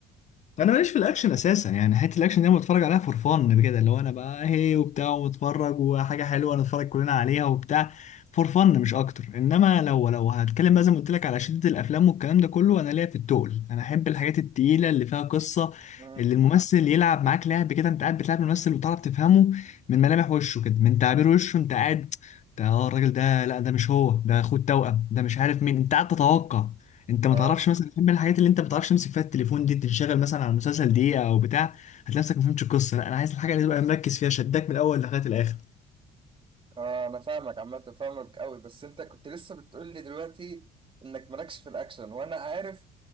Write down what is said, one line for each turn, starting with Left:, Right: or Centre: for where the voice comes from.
Left: انا ماليش في الاكشن اساسا يعني حته الاكشن دي انا بتفرج عليها فور فن كده اللي هو انا بقى هي وبتاع ومتفرج وحاجه حلوه نتفرج كلنا عليها وبتاع فور فن مش اكتر انما لو لو هتكلم بقى زي ما قلت لك على شده الافلام والكلام ده كله انا ليا في التقل انا احب الحاجات التقيله اللي فيها قصه
Right: مم.
Left: اللي الممثل يلعب معاك لعب كده انت قاعد بتلعب الممثل وتعرف تفهمه من ملامح وشه كده من تعبير وشه انت قاعد ده اه الراجل ده لا ده مش هو ده اخوه التوأم ده مش عارف مين انت قاعد تتوقع انت ما
Right: اه
Left: تعرفش مثلا من الحاجات اللي انت ما بتعرفش تمسك فيها التليفون دي تنشغل مثلا على المسلسل دقيقه او بتاع هتلاقي نفسك ما فهمتش القصه لا انا عايز الحاجه اللي تبقى مركز فيها شداك من الاول لغايه الاخر
Right: اه انا فاهمك عامه فاهمك قوي بس انت كنت لسه بتقول لي دلوقتي انك مالكش في الاكشن وانا عارف